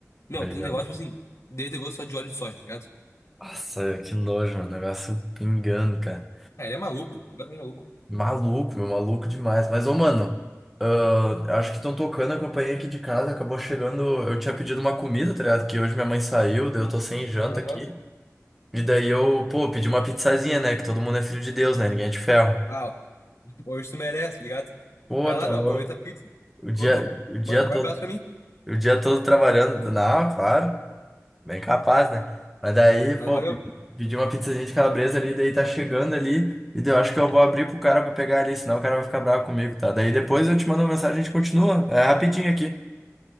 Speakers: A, on the left; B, in the centre.
A: Meu,
B: Meu
A: aquele
B: Deus.
A: negócio, tipo assim, dele tem gosto só de óleo de soja, tá ligado?
B: Nossa, que nojo, meu. Negócio pingando, cara.
A: Ah, ele é maluco, completamente maluco.
B: Maluco, meu, maluco demais. Mas, ô, mano, ah, acho que estão tocando a campainha aqui de casa. Acabou chegando. Eu tinha pedido uma comida, tá ligado? Que hoje minha mãe saiu, daí eu tô sem janta
A: Aham.
B: aqui. E daí eu, pô, pedi uma pizzazinha, né? Que todo mundo é filho de Deus, né? Ninguém é de ferro.
A: Uau, hoje tu merece, tá ligado?
B: Pô,
A: Vai lá,
B: tá
A: meu,
B: louco.
A: aproveita a pizza,
B: O dia,
A: come.
B: o dia
A: Ma- Guarda
B: todo,
A: um abraço pra mim,
B: o dia todo trabalhando. Não, claro. Bem capaz, né? Mas daí, pô,
A: mas valeu.
B: pe- pedi uma pizzazinha de calabresa ali, daí tá chegando ali, e daí eu acho que eu vou abrir pro cara pra pegar ali, senão o cara vai ficar bravo comigo, tá? Daí depois eu te mando uma mensagem e a gente continua. É rapidinho aqui.